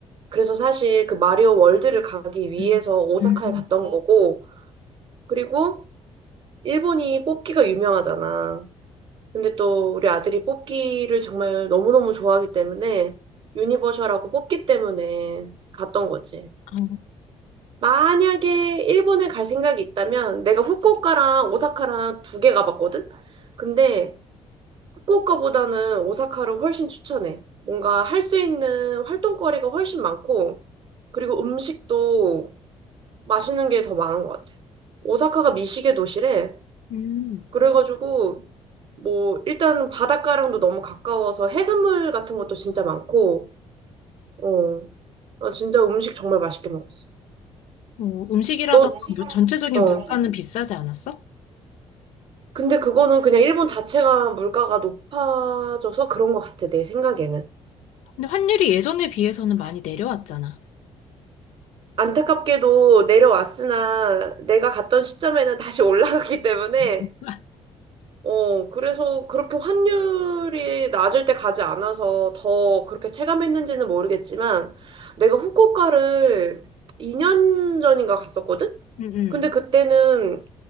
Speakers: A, on the right; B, on the left.
A: 그래서 사실 그 마리오 월드를 가기 위해서
B: 음.
A: 오사카에
B: 음.
A: 갔던 거고, 그리고 일본이 뽑기가 유명하잖아. 근데 또 우리 아들이 뽑기를 정말 너무너무 좋아하기 때문에 유니버셜하고 뽑기 때문에 갔던 거지.
B: 아,
A: 만약에 일본에 갈 생각이 있다면 내가 후쿠오카랑 오사카랑 두 개 가봤거든? 근데 후쿠오카보다는 오사카를 훨씬 추천해. 뭔가 할 수 있는 활동거리가 훨씬 많고, 그리고 음식도 맛있는 게 더 많은 것 같아. 오사카가 미식의 도시래.
B: 음.
A: 그래가지고, 뭐, 일단 바닷가랑도 너무 가까워서 해산물 같은 것도 진짜 많고, 어, 나 진짜 음식 정말 맛있게 먹었어.
B: 어, 음식이라던가
A: 너,
B: 물- 전체적인
A: 어.
B: 물가는 비싸지 않았어?
A: 근데 그거는 그냥 일본 자체가 물가가 높아져서 그런 것 같아, 내 생각에는.
B: 근데 환율이 예전에 비해서는 많이 내려왔잖아.
A: 안타깝게도 내려왔으나 내가 갔던 시점에는 다시 올라갔기 때문에
B: <laughs>
A: 어 그래서 그렇게 환율이 낮을 때 가지 않아서 더 그렇게 체감했는지는 모르겠지만 내가 후쿠오카를 2년 전인가 갔었거든?
B: 음, 음.
A: 근데 그때는